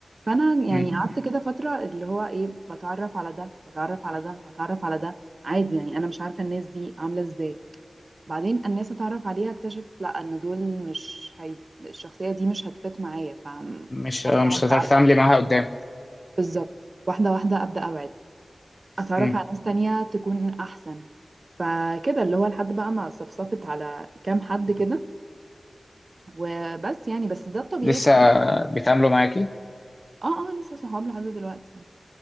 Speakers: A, on the right; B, on the left.
A: فانا يعني
B: امم
A: قعدت كده فتره اللي هو ايه بتعرف على ده واتعرف على ده واتعرف على ده عادي يعني انا مش عارفه الناس دي عامله ازاي بعدين الناس اتعرف عليها اكتشف لا ان دول مش هيف... الشخصيه دي مش هتفت معايا فابدا
B: مش آه، مش
A: ابعد
B: هتعرفي تتعاملي معاها قدام
A: <laughs> بالظبط واحده واحده ابدا ابعد اتعرف
B: امم
A: على ناس تانية تكون احسن فكده اللي هو لحد بقى ما صفصفت على كام حد كده وبس يعني بس ده الطبيعي
B: لسه
A: في
B: بيتعاملوا معاكي
A: اه اه لسه صحاب لحد دلوقتي